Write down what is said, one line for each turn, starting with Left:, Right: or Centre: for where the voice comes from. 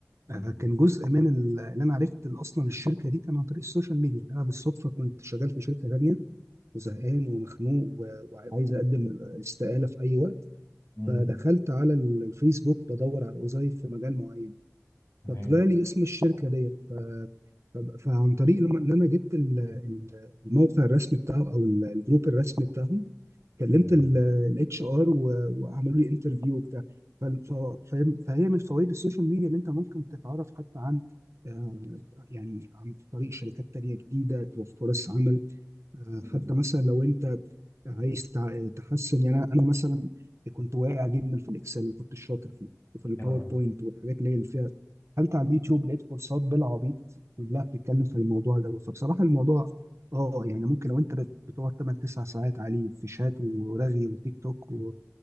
Left: م-
Right: آه، كان جزء من ال- اللي انا عرفت ال- اصلا الشركه دي كان عن طريق السوشيال ميديا انا بالصدفه كنت شغال في شركه تانيه وزهقان ومخنوق و- وعايز اقدم استقاله في اي وقت
Left: م-
Right: فدخلت على ال- الفيسبوك بدور على وظائف في مجال معين
Left: تمام
Right: فطلع لي اسم الشركه ديت ف... ف- فعن طريق لما ان انا جبت ال- ال- الموقع الرسمي بتاعه او ال- الجروب الرسمي بتاعهم كلمت
Left: تمام
Right: الاتش ار وعملوا لي انترفيو وبتاع ف- ف- فاهم- فهي من فوائد السوشيال ميديا ان انت ممكن تتعرف حتى عن آه، يعني عن طريق شركات تانية جديدة توفر فرص عمل آه، حتى
Left: م-
Right: مثلا لو انت عايز تع- تحسن يعني انا أنا مثلا كنت واقع جدا في الاكسل ما كنتش شاطر فيه وفي الباوربوينت
Left: اه
Right: والحاجات اللي هي اللي فيها دخلت على اليوتيوب لقيت كورسات بالعبيط كلها بتتكلم في الموضوع دوت فبصراحه الموضوع اه يعني ممكن لو انت بت- بتقعد 8 9 ساعات عليه في شات ورغي وتيك توك و...